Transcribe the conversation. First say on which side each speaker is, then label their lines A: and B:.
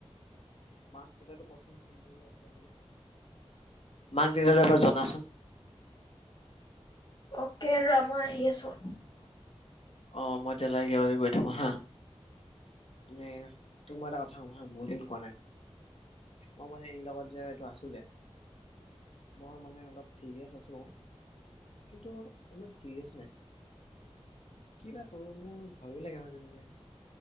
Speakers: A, on the left (about 65°); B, on the left (about 45°).
A: মাক দেতাহতক এবাৰ জনাচোন
B: অকে ৰ মই আহি আছো
A: অ মই তে লাই কিবা কিবি কৰি থাকো হা নে তো মাৰ এটা কথা কম বহু দিন কোৱা নাই মই মানে এই লগত যে এইটো আছো যে মই মানে অলপ চিৰিয়াছ আছো কিন্তু ইমান চিৰিয়াছ নাই কিবা কৰো মোৰ ভয়ো লাগে মাজে মাজে